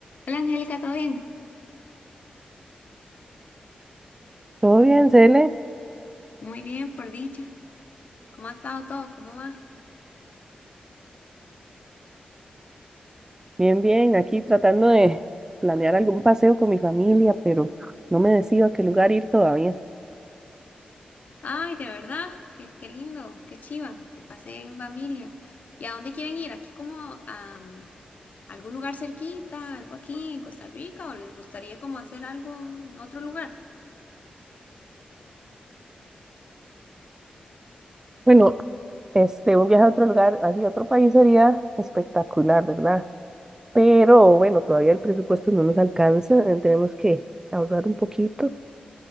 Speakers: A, on the left; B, on the right.
A: Hola Angélica, ¿todo bien?
B: Todo bien, Cele,
A: Muy bien, por dicha. ¿Cómo ha estado todo? ¿Cómo va?
B: bien, bien, aquí tratando de planear algún paseo con mi familia, pero no me decido a qué lugar ir todavía.
A: Ay, de verdad, qué, qué lindo, qué chiva, que pasé en familia. ¿Y a dónde quieren ir? ¿Aquí como a mm, algún lugar cerquita, algo aquí en Costa Rica o les gustaría como hacer algo en otro lugar?
B: Bueno, este, un viaje a otro lugar, así a otro país sería espectacular, ¿verdad? Pero bueno, todavía el presupuesto no nos alcanza, eh, tenemos que ahorrar un poquito.